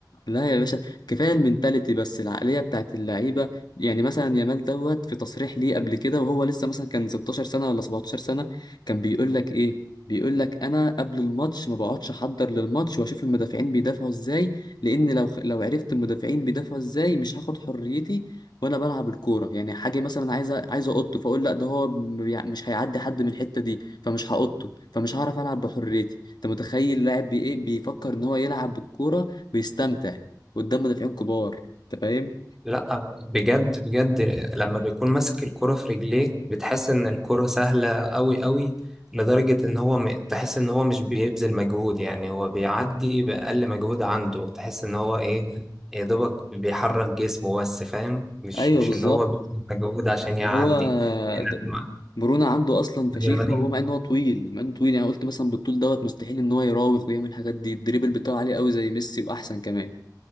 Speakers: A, on the left; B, in the centre.
A: لا يا باشا كفايه المنتاليتي بس العقليه بتاعت اللعيبه يعني مثلا يامال دوت في تصريح ليه قبل كده وهو لسه مثلا كان 16 سنه ولا 17 سنه كان بيقول لك ايه بيقول لك انا قبل الماتش ما بقعدش احضر للماتش واشوف المدافعين بيدافعوا ازاي لان لو لو عرفت المدافعين بيدافعوا ازاي مش هاخد حريتي وانا بلعب الكوره يعني حاجه مثلا عايز عايز اقط فاقول لا ده هو بيع- مش هيعدي حد من الحته دي فمش هقطه فمش هعرف العب بحريتي انت متخيل لاعب بي ايه بيفكر ان هو يلعب بالكوره بيستمتع قدام مدافعين كبار انت فاهم
B: لا بجد بجد لما بيكون ماسك الكرة في رجليه بتحس ان الكرة سهلة قوي قوي لدرجة ان هو م... تحس ان هو مش بيبذل مجهود يعني هو بيعدي بأقل مجهود عنده تحس ان هو ايه يا دوبك بيحرك جسمه بس فاهم مش
A: ايوه
B: مش
A: بالظبط
B: اللي هو بيبذل مجهود عشان يعدي
A: هو
B: احنا
A: د-
B: لما
A: مرونة عنده اصلا فشيخة
B: لما نيجي
A: وهو مع ان هو طويل مع انه طويل يعني قلت مثلا بالطول دوت مستحيل ان هو يراوغ ويعمل الحاجات دي الدريبل بتاعه عالي قوي زي ميسي واحسن كمان